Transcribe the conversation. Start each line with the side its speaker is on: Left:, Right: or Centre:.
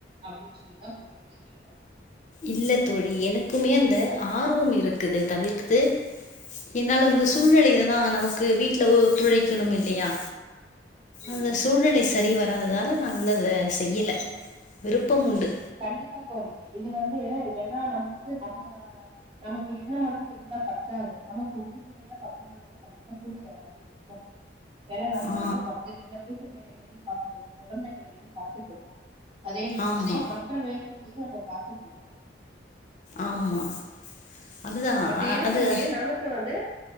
Right: அப்டின்னு சொல்லிதா இப்ப உங்கள்ட்ட கே
Left: இல்ல தோழி எனக்குமே அந்த ஆர்வம் இருக்குதே தவிர்த்து என்னால வந்து சூழ்நெலையிலதா நமக்கு வீட்ல ஒத்துழைக்கணும் இல்லையா
Right: ம்
Left: அந்த சூழ்நிலை சரி வராததால நாங்களு அத செய்யல விருப்பம் உண்டு
Right: கண்டிப்பா தோழி இது வந்து ஏன்னா நம்ப வந்து நம்ம நமக்கு எண்ண மட்டு இருந்தா பத் தாது நமக்கு உறுதுணையா பக்கங்கள தா கண்டிப்பா கூட யாராது இருக்கணும் ஏன்னா நம்ம
Left: ஆ.
Right: வந்து மத்த வேலை வீட்டு வேலைகளையும் பாத்துக்கணும் கொழந்தைங்களையும் பாத்துக்கணும் அதே நேரத்துல
Left: ஆமா,
Right: மற்ற வேலைகளையும் நம்ம பாத்துக்கணும்
Left: ஆமா அதுதான்.
Right: அப்டி
Left: அ
Right: இருக்கும்போது
Left: அது
Right: நமக்கு வந்து